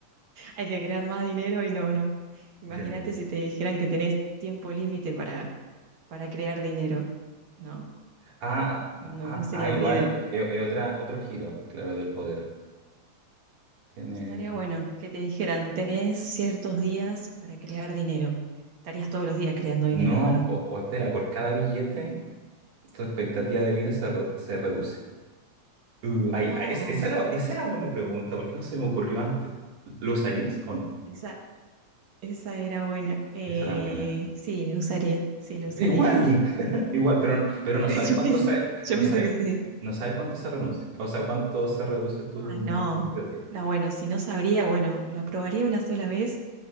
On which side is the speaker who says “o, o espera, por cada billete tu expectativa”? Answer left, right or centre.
Right